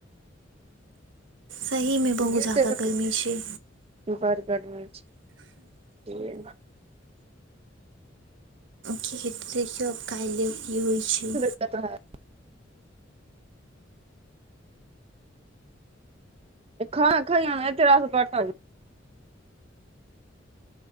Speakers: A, on the right; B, on the right.
A: सहीमे बहुत
B: गिरतै
A: ज्यादा
B: तऽ
A: गरमी छै।
B: बड़ गर्मी छै बुझलियै।
A: की हेतै देखियौ आब काइलो की होइ छै।
B: <unintelligible> एखन खरियान में एते रास बर्तन <unintelligible>